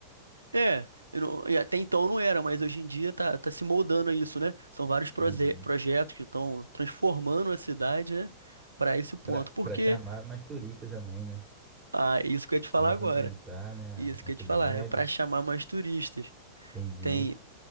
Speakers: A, on the right (about 80°); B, on the right (about 20°).
A: É, eu não- e até então não era, mas hoje em dia tá, tá se moldando a isso, né? São vários
B: Entendi.
A: proze- projetos que estão transformando a cidade, né? Para esse ponto.
B: Pra
A: Porque.
B: para chamar mais turistas também, né?
A: Ah, isso que eu ia te falar
B: Movimentar,
A: agora.
B: né,
A: Isso
B: a
A: que
B: cidade.
A: eu ia te falar. É para chamar mais turistas.
B: Entendi.
A: Tem,